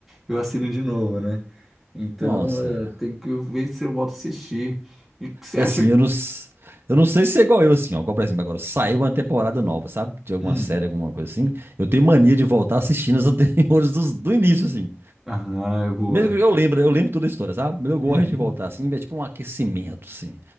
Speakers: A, in the centre; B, on the right.
A: eu assino de novo, né? Então
B: Nossa,
A: eh,
B: cara.
A: tem que ver se eu volto a assistir. E o que você
B: E
A: acha?
B: assim,
A: que-
B: eu não, s- eu não sei se é igual eu, assim, ó. Igual, por exemplo, agora saiu uma temporada nova, sabe? De alguma
A: Hum.
B: série, alguma coisa assim. Eu tenho mania de voltar assistindo as <laughs> anteriores dos- do, início, assim.
A: Ah, é boa.
B: Mesmo que eu lembro, eu lembro toda a história, sabe? Eu gosto
A: Uhum.
B: de voltar, assim, é tipo um aquecimento, assim.